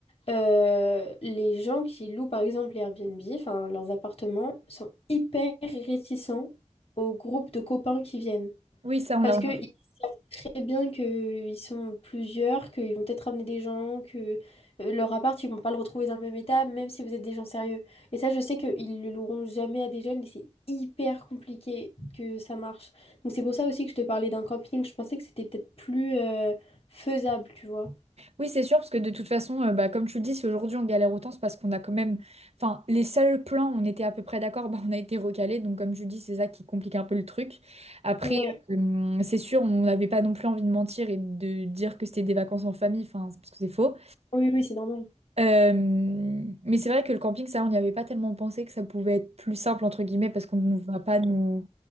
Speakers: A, on the left; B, on the right.
A: Euh, les gens qui louent par exemple les Airbnb, enfin leurs appartements, sont hyper réticents aux groupes de copains qui viennent.
B: Oui, ça, on
A: Parce
B: l'a
A: que ils savent très bien qu'ils sont plusieurs, qu'ils vont peut-être ramener des gens, que euh, leur appart, ils vont pas le retrouver dans le même état, même si vous êtes des gens sérieux. Et ça, je sais qu'ils le loueront jamais à des jeunes et c'est hyper compliqué que ça marche. Donc c'est pour ça aussi que je te parlais d'un camping. Je pensais que c'était peut-être plus euh, faisable, tu vois.
B: Oui, c'est sûr, parce que de toute façon, euh, bah, comme tu le dis, si aujourd'hui on galère autant, c'est parce qu'on a quand même. Enfin, les seuls plans, on était à peu près d'accord, <laughs> bah, on a été recalés. Donc, comme tu dis, c'est ça qui complique un peu le truc. Après,
A: Ouais,
B: euh, c'est sûr, on n'avait pas non plus envie de mentir et de dire que c'était des vacances en famille, enfin, c'est parce que c'est faux.
A: oui, oui, c'est normal.
B: Euh, mais c'est vrai que le camping, ça, on n'y avait pas tellement pensé que ça pouvait être plus simple, entre guillemets, parce qu'on ne va pas nous,